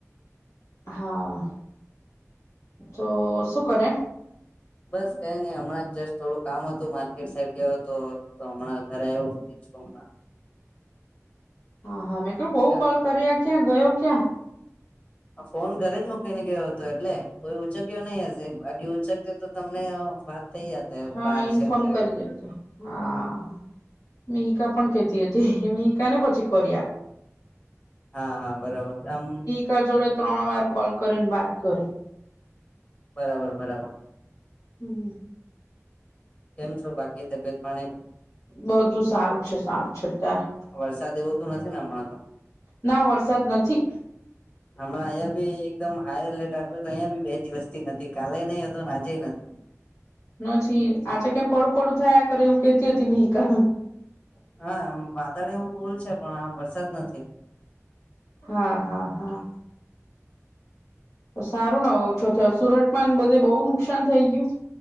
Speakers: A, on the left (about 70°); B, on the left (about 25°).
A: હા, તો શું કરે?
B: બસ કઈ નઈ હમણાં જસ્ટ થોડું કામ હતું માર્કેટ સાઈડ ગયો હતો તો હમણાં ઘરે આવ્યું. <unintelligible>
A: હા હા, મેં ક્યું બહુ
B: કેમ
A: કોલ કર્યા ક્યાં ગયો ક્યાં?
B: આ ફોન ઘરે જ મૂકીને ગયો હતો એટલે કોઈ ઉચકયો નઈ હશે બાકી ઉંચક તે તો તમને વાત થઈ જાત
A: હા,
B: બાર
A: ઇન્ફોર્મ
B: છે એમ કરીને
A: કરી દેતે હા. મિહિકા પણ કેતી હતી મીહિકા ને પછી કરિયા.
B: હા હા બરાબર આમ.
A: સર જોડે ત્રણ વાર કોલ કરીને વાત કરી.
B: બરાબર, બરાબર.
A: હમ્મ.
B: કેમ છો બાકી તબિયત પાણી?
A: બધું સારું છે સારું છે અત્યારે.
B: આ વરસાદ એવો તો નથી ને હમણાં તો?
A: ના વરસાદ નથી
B: હમણાં અહીંયા બી એકદમ હાઈ એલર્ટ આપ્યો હતો અહીંયા બી બે દિવસ થી નથી કાલે નહી હતો આજે નથી.
A: નથી આજે કઈ પડું પડું થયા કરે એવું કેતી હતી મેકા.
B: હા આમ વાદળ એવું ભૂલ છે પણ આમ વરસાદ નથી.
A: હા, હા, હા. તો સારું ને હવ ઓછો થયો, સુરતમાં બધે બહુ નુકસાન થઈ ગયું